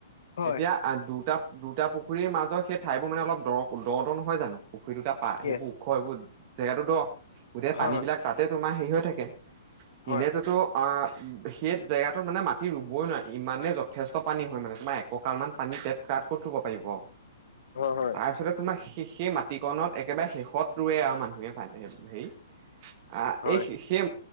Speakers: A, on the left; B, on the right.
A: হয়
B: এতিয়া দুটা দুটা পুখুৰীৰ মাজৰ সেই ঠাইবোৰ মানে অলপ দৰ দ-দ নহয় জানো। পুখুৰী দুটা পা
A: য়েছ
B: সেইবোৰ ওখ সেইবোৰ জেগাটো দ গোটেই
A: হয়
B: পানীবিলাক তাতে তোমাৰ হেৰি হৈ থাকে।
A: হয়
B: এনেতোতো, সেই জেগাটোত মানে মাটি ৰুবই নোৱাৰে ইমানেই যথেষ্ট পানী হয় মানে তোমাৰ, ককালমান পানী পেট খ্ৰট কৰি থব পাৰিব।
A: হয়-হয়।
B: তাৰপিছতে তোমাৰ স সেই মাটিকণত একেবাৰে শেষত ৰুৱে আৰু মানুহে পান হেৰি, আ
A: হয়
B: এই সেই